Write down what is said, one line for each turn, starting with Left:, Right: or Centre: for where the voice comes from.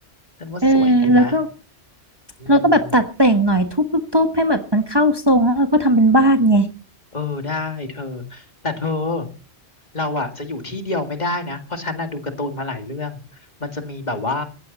Left: ฉันว่าสวยดีนะ
Right: เออแล้วก็
Left: อืม
Right: เราก็แบบตัดแต่งหน่อยทุบทุบทุบให้แบบมันเข้าทรงแล้วเราก็ทำเป็นบ้านไง
Left: อืมเออได้เธอแต่เธอเราอะจะอยู่ที่เดียวไม่ได้นะเพราะฉันน่ะดูการ์ตูนมาหลายเรื่องมันจะมีแบบว่า